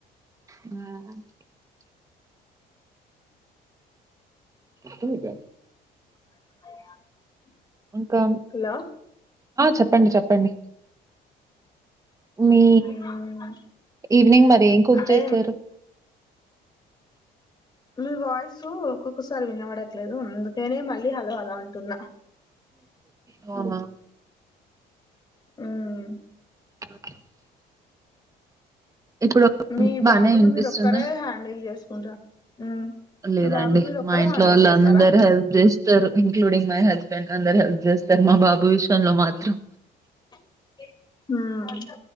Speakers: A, on the right; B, on the left.
A: <unintelligible> వూకె.
B: <inaudible>
A: ఇంకెన్.
B: హలో
A: చెప్పండి, చెప్పండి. మీ,
B: ఉమ్
A: ఈవినింగ్ మరి ఏం కుక్
B: అంటే
A: చేస్తారు.
B: మీ వాయస్సు ఒక్కొక్కసారి వినబద్. చేలేదు అందుకేనే మళ్ళీ హలో హలో అ. తిన్న.
A: అవునా.
B: అవునా.
A: <inaudible> ఇప్పుడు
B: మీ
A: బాగానే
B: బాబును
A: వినిపిస్తుందా,
B: మీరు ఒక్కరే హ్యాండిల్ చేసుకుంటా ఉమ్
A: లేదండి
B: మీ బాబుని మీరు ఒక్కరే
A: మా ఇంట్లో
B: హ్యాండిల్
A: వాళ్ళు
B: చేస్తారా
A: అందరు హెల్ప్ చేస్తారు ఇంక్లూడింగ్. మై హస్బెండ్ అందరు హెల్ప్ చేస్తారు మా బాబు విషయంలో మాత్రం.
B: ఉమ్.